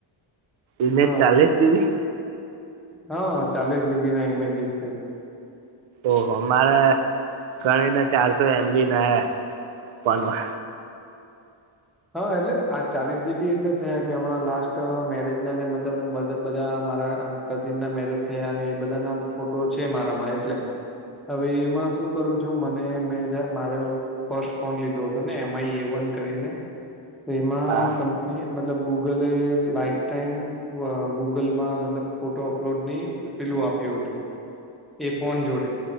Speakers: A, on the right (about 75°); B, in the centre.
A: ઇમેજ
B: હા
A: ચાલીસ જીબી
B: હા ચાલીસ ડીબી ના ઇમેજીસ છે
A: ઓહો મારે ગણીને ચારસો એમ બી નાન
B: હા એટલે આ ચાલીસ જીબી એટલે થયા કે હમણાં લાસ્ટ મેરેજ ના ને મતલબ બધા મારા કઝિન ના મેરેજ થયા અને એ બધાના ફોટો છે મારામાં એટલે હવે એમાં શું કરું છું મને મેં જ મારે ફર્સ્ટ ફોન લીધો હતો ને એમ આઈ એ વન કરીને એમાં
A: હા
B: ક મતલબ ગૂગલે લાઈફ ટાઈમ ગૂગલ માં મતલબ ફોટો અપલોડ ની પેલું આપ્યું હતું એ ફોન જોડે